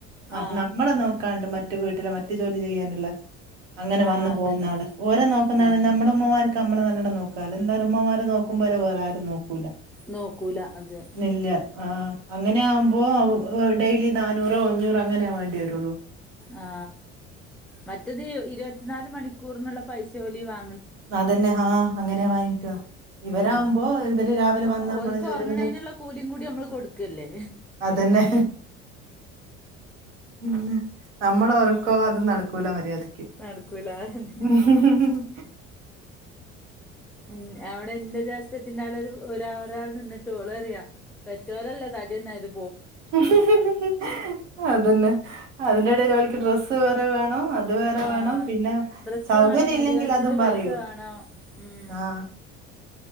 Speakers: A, on the right (about 80°); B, in the centre.
A: ആം
B: ആ
A: നമ്മളെ നോ കണ്ട് മറ്റു വീട്ടിലെ മറ്റു ജോലി ചെയ്യാനുള്ള അങ്ങനെ
B: ആ
A: വന്നു
B: അതന്നെ
A: പോന്നാള് ഓര് നോക്കുന്നപോലെ
B: ആ
A: നമ്മള ഉമ്മമാർക്ക് നമ്മള് നല്ലണം നോ ക്കലോ എന്താലും ഉമ്മമാര് നോക്കുമ്പോലെ വേറെ ആരും നോക്കൂല
B: നോക്കൂല അതെ
A: ഇല്ല ആ അങ്ങനെയാകുമ്പോ ഡെയിലി നാനൂറോ അഞ്ഞൂറോ അങ്ങനെ വേണ്ടിവരുള്ളൂ
B: ആ മറ്റത് ഇരുപത്തിനാല് മണിക്കൂറിനുള്ള പൈസ ഓലി വാ
A: അതന്നെ ഹ അങ്ങനെ വാങ്ങിക്കാ ഇവരാമ്പോ
B: ആഹ്
A: ഇവര് രാവിലെ
B: ഓ
A: വന്ന നമ്മള
B: ഓൽക്ക്
A: ജോലിയെല്ലാ
B: ഒറങ്ങണേനുള്ള
A: തീർത്ത്
B: കൂലിയും കൂടി നമ്മള് കൊടുക്കല്ലേ
A: ആ അതന്നെ പിന്ന നമ്മള ഒറക്കോ അതു നടക്കൂല മര്യാദക്ക്
B: നടക്കൂല അതന്നെ
A: ഉംഹ് ഹ് ഹ്
B: ഉ അവിട എന്ത് ഗ്യാസ് കേറ്റിന്റെ അളവ് വേരാ ഒരാള് നിന്നിട്ടോള്റിയാ പെറ്റോരല്ല തടിനെര്
A: മിഹ് ഹ് ഹ് അതന്നെ അതിന്റെടൽ ഓലിക്ക് ഡ്രസ്സ് വേറെ വേണം അത് വേറെ
B: ആഹ്
A: വേണം പിന്നെ
B: ഡ്രസ്സ്
A: സൗകര്യല്ലെങ്കിൽ
B: വേണം മുടി കളച്ചിലിന്
A: അതും പറയൂ
B: പൈസ വേണം ഉം
A: ആഹ്